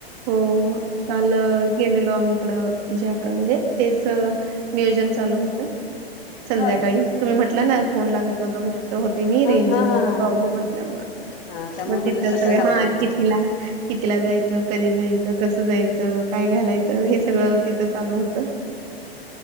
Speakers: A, on the right (about 45°); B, on the left (about 60°).
A: हो काल केेलेलो आम्ही इकडं. ज्याकड म्हणजे तेच नियोजन चालू होत संध्याकाळी.
B: होय
A: तुम्ही म्हटलं ना फोन लागत नव्हता म तं हो. ते मी
B: हा
A: रेंजचा
B: हा हा हा
A: प्रॉब्लेम असल्यामु
B: हा त्यामुळे
A: मग
B: म्हटलं
A: तिथं
B: सकाळी
A: सगळ
B: लावता
A: हा
B: येईल
A: कितीला. कितीला जायचं कधी जायचं कसं जायचं काय घालायचं हे सगळं तिथं चालू होतं.